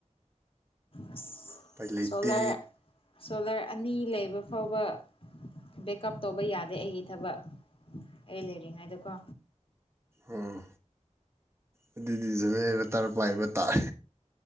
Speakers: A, on the left; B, on the right.
A: ꯑꯁ
B: ꯎꯄꯥꯏ ꯂꯩꯇꯦ
A: ꯁ‌ꯣꯂꯔ ꯁꯣꯂꯔ ꯑꯅꯤ ꯂꯩꯕ ꯐꯥꯎꯕ ꯕꯦꯛꯑꯞ ꯇꯧꯕ ꯌꯥꯗꯦ ꯑꯩꯒꯤ ꯊꯕꯛ ꯑꯩ ꯂꯩꯔꯤꯉꯥꯏꯗꯀꯣ
B: ꯎꯝ ꯑꯗꯨꯗꯤ <unintelligible> ꯄꯥꯢꯕ ꯇꯥꯢ꯫